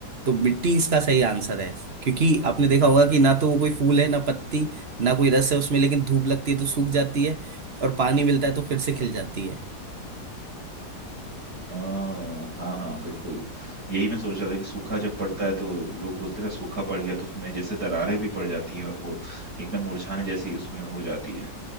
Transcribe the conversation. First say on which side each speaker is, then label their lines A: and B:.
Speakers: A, on the right; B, on the right.
A: तो मिट्टी इसका सही आंसर है क्योंकि आपने देखा होगा कि ना तो वो कोई फूल है ना पत्ती ना कोई रस है उसमें लेकिन धूप लगती है तो सूख जाती है और पानी मिलता है तो फिर से खिल जाती है
B: हाँ हाँ हाँ बिल्कुल यही मैं सोच रहा था कि सूखा जब पड़ता है तो लोग बोलते हैं ना सूखा पड़ गया तो उसमें जैसे दरारें भी पड़ जाती हैं और वो एकदम मुरझाने जैसी उसमें हो जाती है